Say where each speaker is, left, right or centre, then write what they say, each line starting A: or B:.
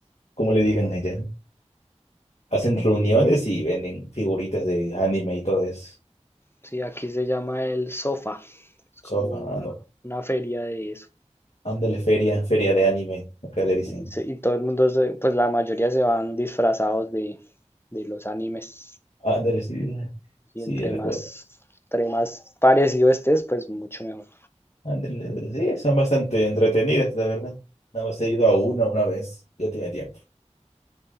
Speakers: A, on the left; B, on the left.
A: ¿Cómo le digan allá? Hacen reuniones
B: Eh,
A: y venden figuritas de anime y todo eso.
B: sí, aquí se llama el Sofa es como
A: Sofa,
B: una,
A: ah, no.
B: una feria de eso.
A: Ándale, feria, feria de anime. Acá le dicen.
B: Y, se- y todo el mundo, se- pues la mayoría se van disfrazados de, de los animes.
A: Ándale, sí.
B: Y
A: Sí,
B: entre
A: recuerdo.
B: más, entre más parecido estés, pues mucho mejor.
A: Ándale, Sí, son bastante entretenidas, la verdad. Nada más he ido a una una vez, ya tiene tiempo.